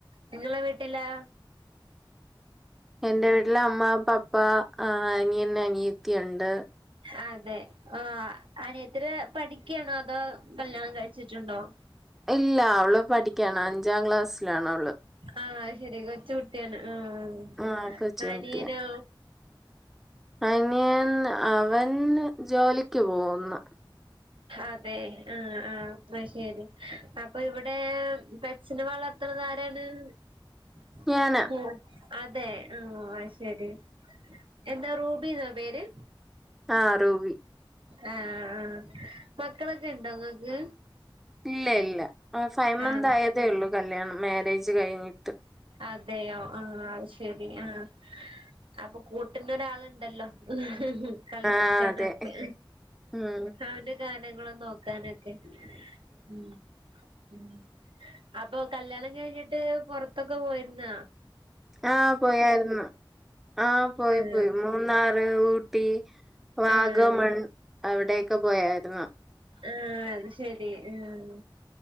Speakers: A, on the right; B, in the centre.
A: നിങ്ങളെ വീട്ടിലാ.
B: എന്റെ വീട്ടില് അമ്മ, പപ്പ, ആഹ് അനിയൻ, അനിയത്തി, ഉണ്ട്.
A: ആതെ ആഹ് അനിയത്തിരെ പഠിക്കാണോ അതോ കല്യാണം കഴിച്ചിട്ടുണ്ടോ.
B: ഇല്ല അവള് പഠിക്ക്യാണ്. അഞ്ചാം ക്ലാസ്സിലാണ് അവള്.
A: ആഹ് ശെരി. കൊച്ച് കുട്ട്യാണ്. ആഹ്.
B: ആഹ് കൊച്ചു
A: അനിയനോ.
B: കുട്ടിയാ അനിയൻ അവൻ ജോലിക്ക് പോകുന്ന്.
A: അതെ. ആഹ് ആഹ് ശരി. അപ്പൊ ഇവിടെ പെ സിനിമ വളർത്ത്ണതാരാണ് <unintelligible>
B: ഞാന്
A: അതെ. ആഹ് അത് ശെരി. എന്താ റൂബി ഇന്നാ പേര്.
B: ആഹ് റൂബി
A: ആഹ് ആഹ്. മക്കളൊക്കെ ഉണ്ടോ ഇങ്ങക്ക്.
B: ഇല്ല ഇല്ല. ആഹ് ഫൈവ് മന്ത്
A: ആഹ്
B: ആയതേ ഒള്ളു കല്യാണം മേരേജ് കഴിഞ്ഞിട്ട്.
A: അതേയോ. ആഹ് അത് ശെരി ആഹ്. അപ്പൊ കൂട്ടിന്നൊരാള് ഇണ്ടല്ലൊ. കളിക്ക്ക്കാനൊക്കെ
B: ആ അതെ ഉം
A: അവന്റെ കാര്യങ്ങളു നോക്കാന ക്കെ ഉം ഉം. അപ്പൊ കല്യാണം കഴിഞ്ഞി ട്ട് പൊറത്തൊക്കെ പോയിര്ന്നാ.
B: ആഹ് പോയാരുന്നു. ആഹ് പോയി
A: ആഹ്
B: പോയി. മൂ മൂന്നാറ്, ഊട്ടി, വാഗമൺ
A: ആഹ്
B: അവിടെ ഒക്ക പോയാരുന്നു.
A: ആഹ് അത് ശെരി. ഉം